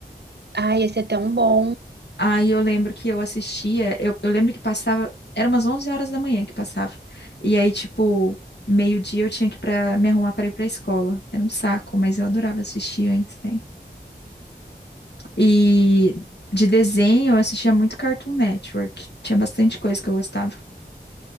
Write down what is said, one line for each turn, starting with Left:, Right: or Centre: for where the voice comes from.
Right: Ai, esse é tão bom.
Left: Aí eu lembro que eu assistia, eu, eu lembro que passava, era umas 11 horas da manhã que passava. E aí, tipo, meio-dia eu tinha que para me arrumar para ir pra escola. Era um saco, mas eu adorava assistir antes, né? E de desenho eu assistia muito Cartoon Network. Tinha bastante coisa que eu gostava.